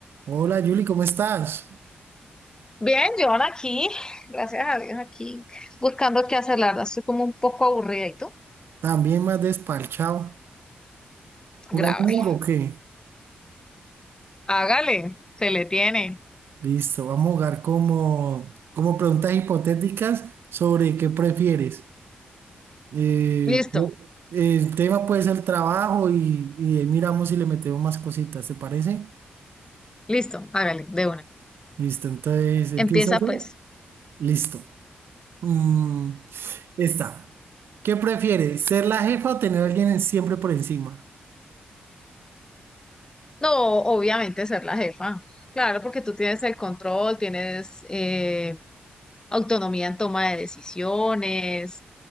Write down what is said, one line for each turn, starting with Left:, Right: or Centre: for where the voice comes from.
Right: Hola Yuli, ¿cómo estás?
Left: Bien, John aquí, gracias a Dios, aquí buscando qué hacer, la verdad, estoy como un poco aburrida y tú,
Right: También más desparchado. ¿Jugamos
Left: grave.
Right: algo o qué?
Left: Hágale, se le tiene.
Right: Listo, vamos a jugar como, como preguntas hipotéticas sobre qué prefieres. Eh,
Left: Listo,
Right: el tema puede ser trabajo y, y ahí miramos si le metemos más cositas, ¿te parece?
Left: listo, hágale, de una.
Right: Listo, entonces empieza
Left: Empieza pues.
Right: yo. Listo. Mm, esta. ¿Qué prefieres? ¿Ser la jefa o tener a alguien siempre por encima?
Left: No, obviamente ser la jefa. Claro, porque tú tienes el control, tienes eh, autonomía en toma de decisiones,